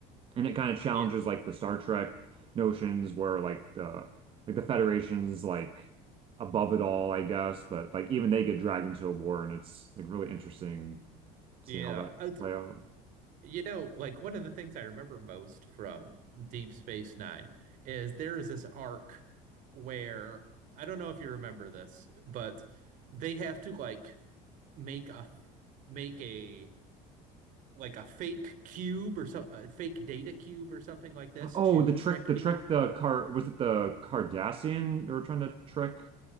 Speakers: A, on the right (about 35°); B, on the right (about 55°).
A: and it kind of challenges
B: yeah,
A: like the Star Trek notions where like the like the Federation's like above it all, I guess, but like even they get dragged into a war and it's like really interesting seeing
B: yeah.
A: all that
B: Uh,
A: play out.
B: You know, like one of the things I remember most from Deep Space Nine is there is this arc where I don't know if you remember this, but they have to like make a make a like a fake cube or some a fake data cube or something like this
A: Oh,
B: to
A: the trick
B: trick
A: the
B: people.
A: trick the car was it the Cardassian they were trying to trick